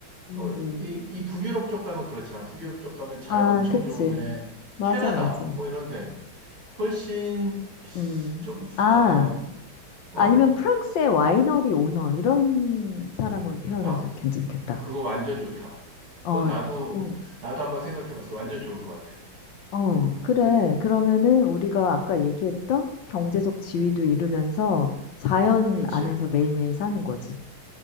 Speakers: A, on the left; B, on the right.
A: 음,
B: 또
A: 음.
B: 이, 이 북유럽 쪽 가면 그렇잖아. 북유럽 쪽 가면 자연
A: 아,
B: 엄청
A: 그치.
B: 좋은데
A: 맞아,
B: 캐나다
A: 맞아.
B: 뭐 이런데 훨씬
A: 음.
B: 좀,
A: 아,
B: 어,
A: 아니면
B: 어,
A: 프랑스의 와이너리 오너, 이런 사람으로 태어나도
B: 와,
A: 괜찮겠다.
B: 그거 완전 좋다. 그건
A: 어,
B: 나도,
A: 어,
B: 나도 한번 생각해 봤어. 완전 좋을 것 같아.
A: 어,
B: 근데,
A: 그래. 그러면은 우리가 아까 얘기했던 경제적 지위도 이루면서 자연
B: 그렇지.
A: 안에서 매일매일 사는 거지.